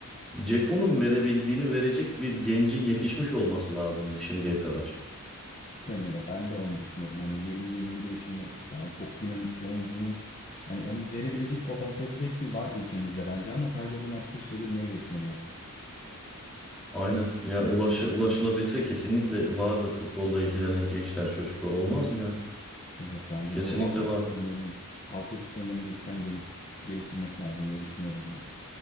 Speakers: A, in the centre; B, on the left.
A: Ceko'nun verebildiğini verecek bir gencin yetişmiş olması lazımdı şimdiye kadar.
B: Cidden öyle. Ben de onu düşünüyorum. Hani 20-21 yaşında daha çok dinamik bir oyuncunun hani onu verebilecek potansiyeli de ki var ülkemizde bence ama sadece bunlar keşfedilmeyi bekleniyor.
A: Aynen. Yani ulaş, ulaşılabilse kesinlikle vardır futbolla ilgilenen gençler, çocuklar olmaz mı ya?
B: Evet bence
A: Kesinlikle
B: bu altyapı
A: vardır.
B: sistemlerini altyapı sistemlerini cidden gel- geliştirmek lazım diye düşünüyorum ben